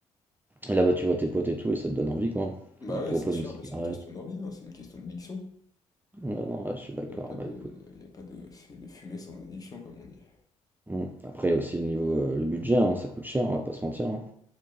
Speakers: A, on the right; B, on the left.
A: et là bah, tu vois tes potes et tout, et ça te donne envie, quoi.
B: Bah
A: Ils te
B: ouais,
A: proposent
B: c'est sûr,
A: une cigarette.
B: mais c'est une question d'envie, hein, c'est une question de diction.
A: Ouais, non, ouais, je suis d'accord.
B: Il n'y a pas de,
A: Bah, écoute.
B: y a pas de, c'est de fumée sans addiction, comme on dit.
A: Hmm. Après, il y a aussi le niveau, euh, le budget, hein, ça coûte cher, on va pas se mentir. hein.